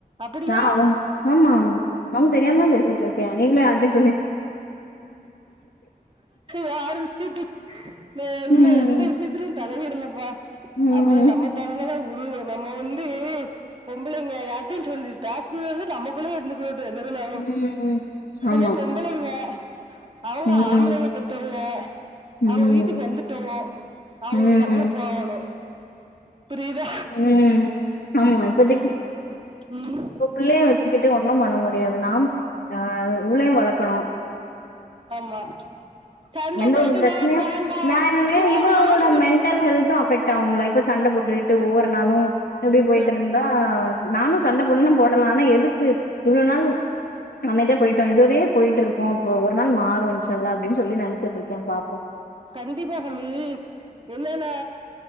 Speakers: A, on the right; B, on the left.
A: அப்படியா
B: நா அவுங் ஆமா நானு தெரியாம தா பேசிட்டு இருக்கே நீங்களோ யாருட்டயு
A: யாருக்கு சீட்டு நா என்ன
B: ம்
A: எந்த விஷயத்துலயு தலையிடலப்பா
B: ம்
A: அப்புறோ நம்ம தல தா உருளு நம்ம வந்து பொம்பளைங்க யார்டியு சொல்லி ஜாஸ்திது நமக் குள்ளயே இருந்துகுடட்டோ என்னதா நாலு
B: ம். ஆமா.
A: எனா பொம்பளைங்க அவங்க
B: ம்.
A: ஆம்பளைய பெத்தவங்க
B: ம்.
A: அவங்க வீட்டுக்கு வந்துட்டோங்கோ அவங்க
B: ம்.
A: டக்குனு போகணு புரியுதா
B: ம் ஆமா இப்பத்திக்கு
A: ம்
B: இப்ப பிள்ளைய வெச்சுக்கிட்டு ஒன்னு பண்ண முடியாது நாம் ஆ இவளையு வளக்கணு
A: ஆமா சண்டை
B: எந்த
A: போட்டு
B: ஒரு பிரச்சனையு
A: நான் வேண்டாம்
B: நா என்னன்ன
A: சும்மா
B: இவளோட
A: விளாட்டுக்கு
B: மெண் டல் ஹெல்து அஃபெக்ட் ஆகும்லா இப்ப சண்ட போட்டுக்கிட்டு ஒவ்வொரு நாளு இப்டி போயிட்டு
A: அஹ்
B: இருந்தா நானு சண்ட பொடன்னு போடலா ஆனா எதுக்கு இவ்ளோ நாள் அமைதியா போயிட்டோ இதுவரையு போயட்டு இருப்போ இப்போ ஒரு நாள் மாறு இன்ஷா அல்லா அப்டின் சொல்லி நெனச்சிட்டு இருக்கே பாப்போ
A: கண்டிப்பா ஹமி என்னன்னா